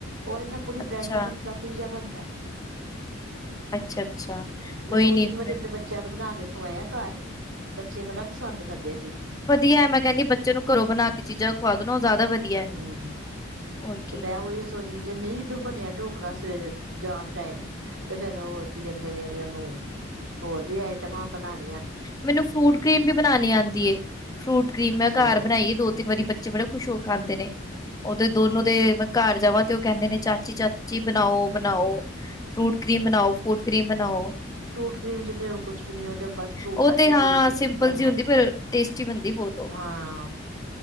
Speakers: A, on the right; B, on the left.
A: ਔਰ ਇਹ ਨਾ ਪੂਰੀ
B: ਅੱਛਾ,
A: ਬ੍ਰੈਡ ਵਗਨ ਫਲੱਫੀ ਜਿਹਾ ਬਣਦਾ
B: ਅੱਛਾ, ਅੱਛਾ ਕੋਈ
A: ਮੈਂ ਦੋ
B: ਨੀ
A: ਤਿੰਨ ਵਾਰੀ
B: ਮੈਂ
A: ਆਪਣੇ ਬੱਚਿਆਂ ਨੂੰ ਬਣਾ ਕੇ ਖਵਾਇਆ ਘਰ ਬੱਚੇ ਬੜਾ ਪਸੰਦ ਕਰਦੇ ਸੀ।
B: ਵਧੀਆ ਮੈਂ ਕਹਿੰਦੀ ਬੱਚੇ ਨੂੰ ਘਰੋਂ ਬਣਾ ਕੇ ਚੀਜ਼ਾਂ ਖਵਾ ਦੋ ਨਾ ਉਹ ਜ਼ਿਆਦਾ ਵਧੀਆ
A: ਹੂੰ
B: ਹੋਰ ਕੀ
A: ਤੇ ਮੈਂ ਉਹੀ ਸੋਚਦੀ ਜੇ ਨਹੀਂ ਡੁੱਬ ਢੋਕਣਾ ਸਵੇਰੇ ਜਾਣ ਟਾਈਮ ਤੇ ਫੇਰ ਹੋਰ ਕੀ ਕਹਿੰਦੇ ਨੇ ਉਹਨੂੰ ਹੋਰ ਵੀ ਆਈਟਮਾਂ ਬਣਾਣੀਆਂ
B: ਮੈਨੂੰ ਫਰੂਟ ਕਰੀਮ ਵੀ ਬਣਾਣੀ ਆਉਂਦੀ ਹੈ ਫਰੂਟ ਕਰੀਮ
A: ਅੱਛਾ
B: ਮੈਂ ਘਰ ਬਣਾਈ ਹੈ ਦੋ ਤਿੰਨ ਵਾਰੀ ਬ ਚੇ ਬੜੇ ਖੁਸ਼ ਹੋ ਖਾਂਦੇ ਨੇ ਉਹ ਤੇ ਦੋਨੋਂ ਦੇ ਘਰ ਜਾਵਾਂ ਤੇ ਉਹ ਕਹਿੰਦੇ ਨੇ ਚਾਚੀ ਚਾਚੀ ਬਣਾਓ ਬਣਾਓ ਫਰੂਟ ਕਰੀਮ ਬਣਾਓ ਫੂਟ ਕਰੀਮ ਬਣਾਓ
A: ਫਰੂਟ ਕਰੀਮ ਅਜੇ ਉਹ ਕੁਛ ਵੀ ਨੀ ਉਹ ਤੇ ਬਸ ਫਰੂਟ
B: ਉਹ
A: ਕੱਟ
B: ਤੇ
A: ਕੇ
B: ਹਾਂ
A: ਕਰੀਮ ਚ ਮਿਕਸ
B: ਸਿੰਪਲ
A: ਕਰਨਾ
B: ਜੀ ਹੁੰਦੀ ਪਰ ਟੇਸਟੀ ਬਣਦੀ ਬਹੁਤ ਉਹ
A: ਹਾਂ